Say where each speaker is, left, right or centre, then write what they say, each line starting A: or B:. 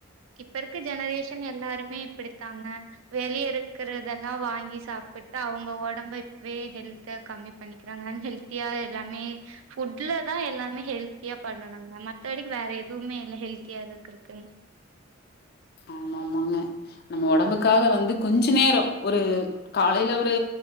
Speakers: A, on the right (about 80°); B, on the left (about 50°).
A: இப்ப இருக்க ஜெனரேஷன் எல்லாருமே ப்பிடித்தாங்க வெளிய இருக்றதெல்லா வாங்கி சாப்பிட்டு அவுங்க ஒடம்ப இப்வே ஹெல்த்த கம்மி பண்ணிக்கிறாங் அன்ஹெல்த்தியா எல்லாமே ஃபுட்ல தா எல்லாமே ஹெல்த்தியா பண்ணணுங்க ம த்தபடிக்கு வேற எதுவுமே இல்ல ஹெல்த்தியா இருக்கறக்குங்
B: ஆமாமாங்க நம்ம ஒடம்புக்காக வந்து கொஞ்ச நேரோ ஒரு காலைல ஒரு